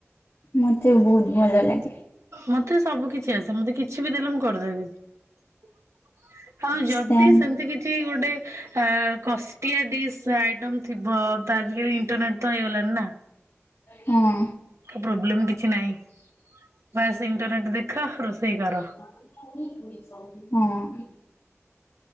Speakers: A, on the left (about 60°); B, on the right (about 70°).
A: ମତେ ବି ବହୁତ ଭଲ ଲାଗେ।
B: ମତେ ସବୁ କିଛି ଆସେ ମତେ କିଛି ବି ଦେଲେ ମୁଁ କରିଦେବି। ହଁ ଯଦି
A: ସେମ୍
B: ସେମିତି କିଛି ଗୋଟେ ଆ କଷ୍ଟିଆ ଡିସ୍ ଆଇଟମ ଥିବ ତ ଆଜିକାଲି ଇଣ୍ଟରନେଟ ତ ହେଇଗଲାଣିି ନା।
A: ହଁ।
B: ପ୍ରୋବ୍ଲେମ କିଛି ନାଇଁ ବାସ୍ ଇଣ୍ଟରନେଟ୍ ଦେଖ ରୋଷେଇ କର।
A: ହୁଁ।